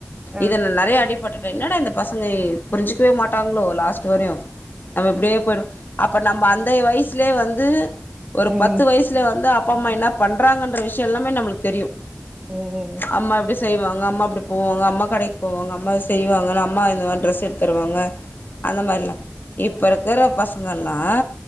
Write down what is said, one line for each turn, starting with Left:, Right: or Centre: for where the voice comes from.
Right: ஆ
Left: இதல்ல நெறைய அடிப் பட்டட்ட என்னட இந்த பசங்க புரிஞ்சுக்கவே மாட்டாங்களோ லாஸ்ட் துறையும் நம்ம எப்படியே போயிடும் அப்ப நம்ம இப்ப அந்த வயசுலயே வந்து ஒரு
Right: ம்
Left: பத்து வயசுல வந்து அப்ப அப்ப அம்மா என்ன பண்றாங்கன்ற விஷயம் எல்லாமே நம்மளுக்கு தெரியும்
Right: ம் ம்
Left: அம்மா எப்படி செய்வாங்க அம்மா அப்படி போவாங்க அம்மா கடைக்கு போவாங்க அம் அம்மாவ செய்வாங்கன்ன அம்மா இந்த மாதிரி டிரெஸ் எடுத்து தருவாங்க அந்த மாரிலாம் இப்போ இருக்கிற பசங்கள்லாம்